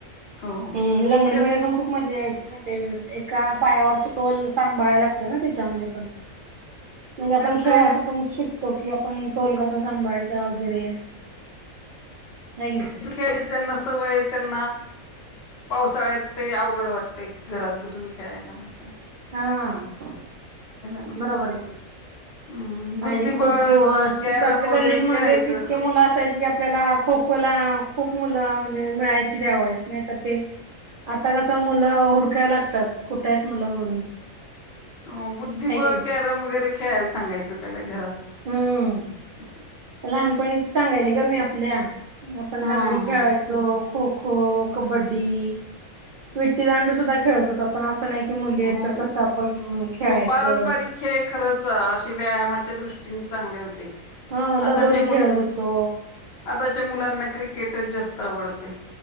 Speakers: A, on the left; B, on the right.
A: हो
B: हम्मं लंगडी
A: तेच
B: मध्यें पणं खूप मज्जा यांयची. ते एकां पायांवर तोल सांभाळायला लागतोय ना त्यांच्या मुळे. हा म्हणजे आपण
A: तेच
B: खेळातच
A: ते
B: पण शिक तो कि आपण तोल कसा सांभाळायचा वगैरे. हाय की नाही
A: खेळ ज्यांना सवय त्यांना पावसाळ्यात ते अवघड वाटत. प्रत्येक घरात बसून खेळ आहे ना असं हाय.
B: हा
A: ना
B: बरोबर आहे कि.
A: हम्म बुद्धिबळ
B: आणि खो-खो अस
A: कॅरम
B: ति तर आपल्या
A: वगैरे
B: गल्लीमध्येच
A: खेळायचं.
B: इतके मुलं असायचे की आपल्याला खो-खो ला खो मुलं म्हणजे मिळायची त्यावेळेस नाही तर ते, आता कस मुलं हुडकाय लागतात कुठ आहेत मुलं म्हणून.
A: हो, बुद्धिबळ
B: आहे की नाही
A: कॅरम वगैरे खेळायला सांगायचं त्याला घरात
B: हम्म
A: अस.
B: लहानपणीच सांगायले ग मी आपल्या आपण
A: हा
B: लंगडी
A: हा
B: खेळायचो खो- खो, कबड्डी, विट्टी दांडू सुद्धा खेळत होतो आपण पण असं नाही की मुली आहेत
A: हो
B: तर कसं खेळायचं
A: हो, पारंपरिक खेळ खरच अशी व्यायामा च्या दृष्टीने चांगले होते.
B: हा लगोरी
A: आताच्या
B: खेळत होतो
A: आताच्या मुलांना क्रिकेट क्रिकेटच जास्त आवडते.